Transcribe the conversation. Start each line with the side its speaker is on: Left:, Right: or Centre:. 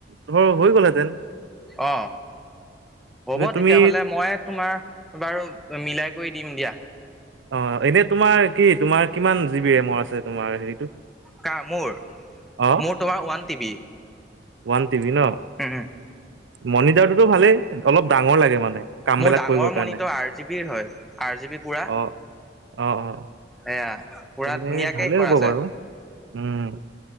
Right: তোমাৰ হৈ গ'লহেঁতেন।
Centre: অ, হব
Right: নে তুমি
Centre: তেতিয়াহলে মই তোমাৰ বাৰু মিলাই কৰি দিম দিয়া।
Right: অ এনে তোমাৰ কি তোমাৰ কিমান জি বি ৰেমৰ আছে তোমাৰ হেৰিটো?
Centre: কা মোৰ,
Right: অ
Centre: মোৰ তোমাৰ one T B.
Right: One TV ন।
Centre: হুম হুম।
Right: মণিটাৰটোতো ভালে? অলপ ডাঙৰ লাগে মানে কামবিলাক
Centre: মোৰ ডাঙৰ
Right: কৰিব
Centre: মনিটৰ
Right: কাৰণে
Centre: আৰ জি বিৰ হয় আৰ জি বি পুৰা
Right: অ। অ অ,
Centre: এয়া পুৰা
Right: তেনে
Centre: ধুনীয়াকে
Right: ভালেই
Centre: কৰা
Right: হ'ব
Centre: আছে
Right: বাৰু উম।